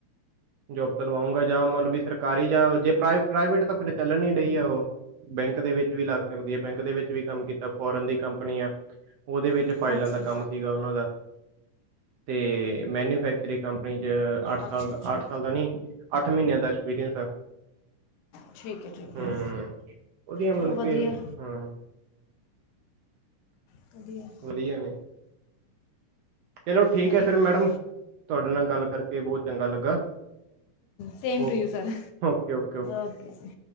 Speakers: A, on the right (about 70°); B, on the left (about 75°).
A: ਜੋਬ ਤਾਂ ਲਵਾਉਂਗਾ ਜਾਂ ਮਤਲਬ ਵੀ ਸਰਕਾਰੀ ਜਾਂ ਜੇ ਪ੍ਰਾਈਵੇਟ ਤਾਂ ਫਿਰ ਚੱਲਣ ਹੀ ਡਹੀ ਹੈ ਉਹ ਬੈਂਕ ਦੇ ਵਿੱਚ ਵੀ ਲੱਗ ਸਕਦੀ ਹੈ। ਬੈਂਕ ਦੇ ਵਿੱਚ ਵੀ ਕੰਮ ਕੀਤਾ, ਫੋਰਨ ਦੀ ਕੰਪਨੀ ਆ ਉਹਦੇ ਵਿੱਚ
B: ਹੈ।
A: ਫਾਈਲਾਂ
B: ਅੱਛਾ
A: ਦਾ ਕੰਮ ਸੀਗਾ ਉਹਨਾਂ ਦਾ ਤੇ ਮੈਨੂਫੈਕਚਰਿੰਗ ਕੰਪਨੀ ਚ ਅੱਠ
B: ਅੱਛਾ
A: ਸਾਲ ਦਾ
B: ਅੱਛਾ
A: ਅੱਠ ਸਾਲ ਦਾ ਨੀ ਅੱਠ ਮਹੀਨਿਆਂ ਦਾ ਐਕਸਪੀਰੀਅੰਸ
B: ਠੀਕ ਹੈ ਠੀਕ
A: ਹੂੰ
B: ਹੈ
A: ਉਹਦੀਆਂ ਮਤਲਬ
B: ਚਲੋ ਵਧੀਆ
A: ਕਿ ਹਾਂ
B: <inaudible>
A: ਵਧੀਆ ਨੇ ਚਲੋ ਠੀਕ
B: ਇਹ
A: ਹੈ
B: ਵੀ
A: ਫਿਰ
B: ਗਏ
A: ਮੈਡਮ ਤੁਹਾਡੇ ਨਾਲ ਗੱਲ ਕਰਕੇ ਬਹੁਤ ਚੰਗਾ ਲੱਗਾ
B: same
A: uh
B: to you sir
A: okay okay
B: okay